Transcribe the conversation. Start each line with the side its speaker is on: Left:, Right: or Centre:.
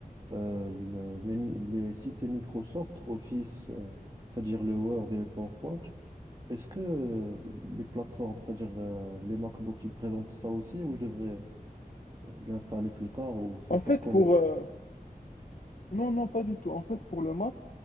Right: euh, le- les, mi- les systèmes Microsoft, Office, euh, c'est-à-dire le Word et le PowerPoint. Est-ce que euh, les plateformes, c'est-à-dire euh, les MacBooks, ils présentent ça aussi ou je devrais l'installer plus tard ou ça
Left: En
Right: se
Left: fait,
Right: passe comment?
Left: pour, euh, non, non, pas du tout. En fait, pour le Mac,